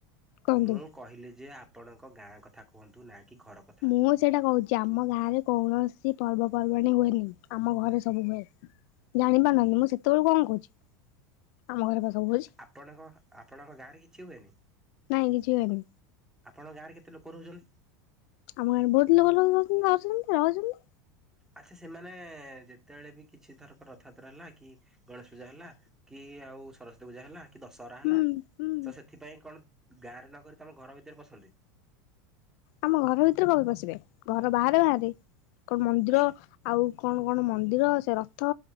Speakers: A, on the left (about 60°); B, in the centre.
A: କୁହନ୍ତୁ।
B: ମୁଁ କହିଲି ଯେ ଆପଣଙ୍କ ଗାଁ କଥା କୁହନ୍ତୁ ନା କି ଘର କଥା।
A: ମୁଁ ସେଇଟା କହୁଛି ଆମ ଗାଁରେ କୌଣସି ପର୍ବପର୍ବାଣୀ ହୁଏନି ଆମ ଘରେ ସବୁ ହୁଏ। ଜାଣି ପାରୁନାକି ମୁଁ ସେତେବେଳୁ କଣ କହୁଛି ଆମ ଘରେ ପା ସବୁ ହଉଛି।
B: ଆପଣଙ୍କ ଆପଣଙ୍କ ଗାଁରେ କିଛି ହୁଏନି।
A: ନାଇଁ କିଛି ହୁଏନି।
B: ଆପଣଙ୍କ ଗାଁରେ କେତେ ଲୋକ ରହୁଛନ୍ତି?
A: ଆମ ଗାଁରେ ବହୁତ ଲୋକ ଲୋକ <unintelligible> ରହୁଛନ୍ତି।
B: ଆଚ୍ଛା ସେମାନେ ଯେତେବେଳେ ବି କିଛି ଧରକ ରଥଯାତ୍ରା ହେଲା କି ଗଣେଶ ପୂଜା ହେଲା। କି ଆଉ ସରସ୍ଵତୀ ପୂଜା ହେଲା। କି ଦଶହରା
A: ହୁଁ
B: ହେଲା
A: ହୁଁ
B: ତ ସେଥିପାଇଁ କଣ ଗାଁରେ ନକରି ତମ ଘର ଭିତରେ ପସନ୍ତି?
A: ଆମ ଘର ଭିତରେ କଣ ପଶିବେ ଘର ବାହାରେ ବାହାରେ କଣ ମନ୍ଦିର।
B: କାହିଁକି
A: ଆଉ କଣ କଣ ମନ୍ଦିର ସେ ରଥ